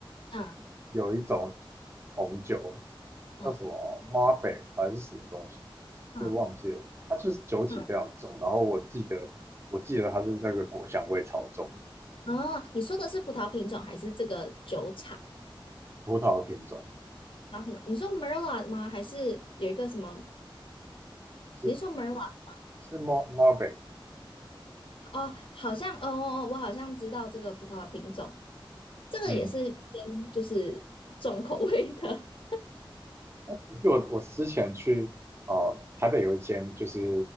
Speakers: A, on the left; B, on the right.
A: 嗯
B: 有一种红酒
A: 嗯
B: 叫什么 m a r b e c 还是什么东西，
A: 嗯
B: 对，忘记了，它就是酒体非常重，
A: 嗯。
B: 然后我记得我记得它是那个果香味超重，
A: 哦，你说的是葡萄品种还是这个酒厂？
B: 葡萄的品种。
A: 葡萄品种？你说 Merlot 吗？还是有一个什么？
B: 是
A: 你是说 Merlot？
B: 是 m 墨 r m
A: 哦，好像，哦哦哦我好像知道这个葡萄品种，这个也是偏就是重口味的
B: 嗯，因为我我之前去呃台北有一间，就是